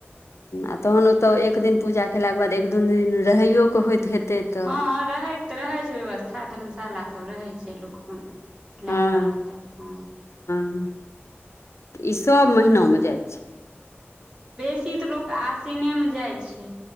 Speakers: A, on the left; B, on the right.
A: आ तखन ओतऽ एक दिन पूजा केलाक के बाद एक दून दिन रहैयो के होइत हेतै। तऽ
B: हँ रहैके तऽ रहै छै व्यवस्था धर्मशाला सब रहै छै लोक अपन
A: हँ
B: लए कऽ रहल हँ।
A: हँ, ई सब महिनामे जाइ छै।
B: बेसी तऽ लोक आसिने में जाइ छै।